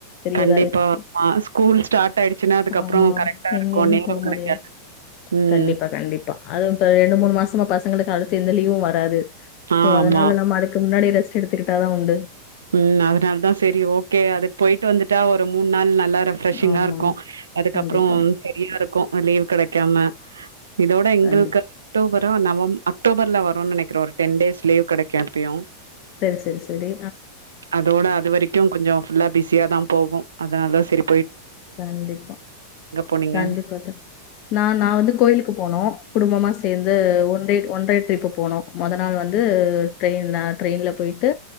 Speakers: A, on the left; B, on the right.
A: பெரியதா
B: கண்டிப்பா.
A: இருக்கு
B: ஆ ஸ்கூல் ஸ்டார்ட் ஆயிடுச்சுன்னா, அதுக்கப்புறம்
A: ஆமா
B: கரெக்ட்டா
A: எங்கய்மே
B: இருக்கும். நேரம்
A: போ
B: கிடைக்காது.
A: முடியாது
B: ம்.
A: கண்டிப்பா கண்டிப்பா அதும் இப்ப ரெண்டு மூணு மா சமா பசங்களுக்கு அடுத்து எந்த லீவு வராது சோ
B: ஆமா.
A: அதனால நம்ம அதுக்கு முன்னாடியே ரெஸ்ட் எடு த்துக்கிட்டா தா உண்டு
B: ம் அதுனால்தா செரி ஓகே அதுக் போயிட்டு வந்துட்டா ஒரு மூண் நாள் ந ல்லா ரெஃப்ரெஷிங்கா
A: ஆமா.
B: இருக்கு அதுக்கப்றோ
A: கண்டிப்பா,
B: சரியா இருக்கு அ லீவ் கெடைக்காம இதோட எங்களுக்கு
A: கண்டிப்பா.
B: அக்டோபர் டா நவம் அக்டோபர்ல வருன் நெனக்கிறே ஒரு டென் டேஸ் லீவ் கெடைக்கு எப்பயு
A: செரி‌ செரி செரி
B: அதோட அது வரைக்கும் கொஞ்சொ ஃபுல்லா பிஸியா தா போகு அதனால்தா செரி
A: கண்டிப்பா
B: போனீங்க
A: கண்டிப்பா தோழி நா நா வந்து கோயிலுக்கு போனோ குடும்பமா சேந்து one day one day trip போனொ மொத நாள் வந்து ட்ரெயின் அ ட்ரெயின்ல பொயிட்டு